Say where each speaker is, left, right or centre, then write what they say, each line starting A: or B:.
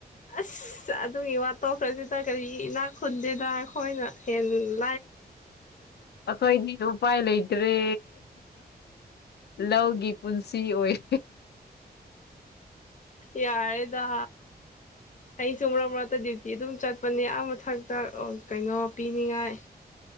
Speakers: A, on the left; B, on the left.
A: ꯑꯁ ꯑꯗꯨꯒꯤ ꯋꯥꯇꯣꯛꯈ꯭ꯔꯁꯤꯗ ꯀꯔꯤ ꯏꯅꯥꯛ ꯈꯨꯟꯗꯦꯗ ꯑꯩꯈꯣꯏꯅ ꯍꯦꯟ- --
B: ꯑꯩꯈꯣꯏꯗꯤ ꯎꯄꯥꯏ ꯂꯩꯇ꯭ꯔꯦ꯫ ꯂꯧꯒꯤ ꯄꯨꯟꯁꯤ ꯑꯣꯏꯔꯦ꯫
A: ꯌꯥꯔꯗ꯫ ꯑꯩꯁꯨ ꯃꯔꯛ ꯃꯔꯛꯇ ꯗ꯭ꯌꯨꯇꯤ ꯑꯗꯨꯝ ꯆꯠꯄꯅꯦ ꯑꯥ ꯃꯊꯛꯇ ꯀꯩꯅꯣ ꯄꯤꯅꯤꯡꯉꯥꯏ꯫